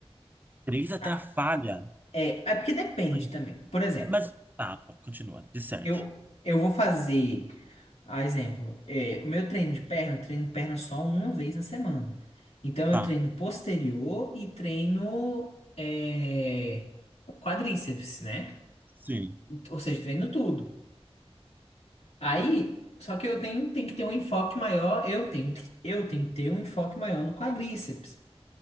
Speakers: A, on the right; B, on the left.
A: Três até
B: Ah,
A: a falha.
B: É, é porque depende
A: Ai,
B: também. Por exemplo,
A: Mas tá, pô, continua. De sete.
B: eu, eu vou fazer, a exemplo, é, o meu treino de perna, eu treino perna só uma vez na semana. Então
A: Tá.
B: eu treino posterior e treino é, quadríceps, né?
A: Sim.
B: Ou seja, treino tudo. Aí, só que eu tenho, tenho que ter um enfoque maior, eu tenho, que- eu tenho que ter um enfoque maior no quadríceps.